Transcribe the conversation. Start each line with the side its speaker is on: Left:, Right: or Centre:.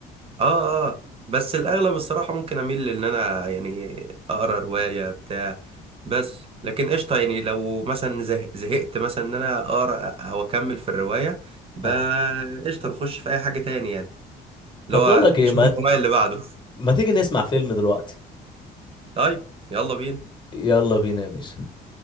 Right: اه اه بس الاغلب الصراحه ممكن اميل ان انا يعني اقرا روايه بتاع بس لكن قشطه يعني لو مثلا زه- زهقت مثلا ان انا اقرا او اكمل في الروايه بقى
Left: اه
Right: قشطه نخش في اي حاجه تاني يعني اللي
Left: طب
Right: هو
Left: بقول لك ايه
Right: شوف
Left: ما
Right: الهوايه
Left: ت...
Right: اللي بعده
Left: ما تيجي نسمع فيلم دلوقتي
Right: طيب يلا بينا
Left: يلا بينا يا باشا